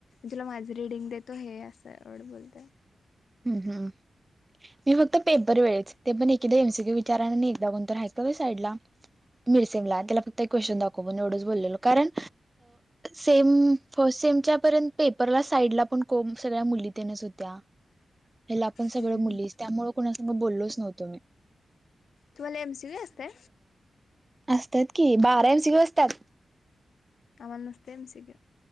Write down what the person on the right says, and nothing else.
हम् हम् मी फक्त पेपर वेळेच ते पण एकदा एमसीक्यू विचारा एकदा कोणत आहेऐ कर साईडला मिरसेमला त्याला फक्त एक क्वेश्चन दाखवून एवढंच बोललेल कारण सेम फस्ट सेमच्यापर्यंत पेपरला साईड ला पण कोम सगळ्या मुलीनच होत ह्याला पण सगळ
मुलीस त्यामुळे कणास बोललोच नव्हतो मी
असतात की बारा जतात